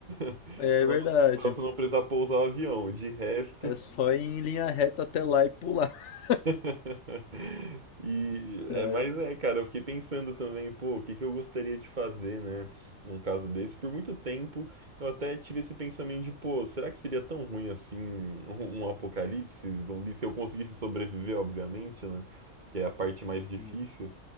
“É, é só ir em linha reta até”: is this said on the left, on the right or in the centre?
Left